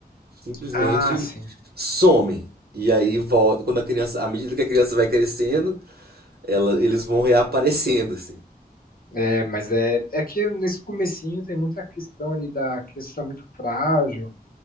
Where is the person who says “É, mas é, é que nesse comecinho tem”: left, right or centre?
Left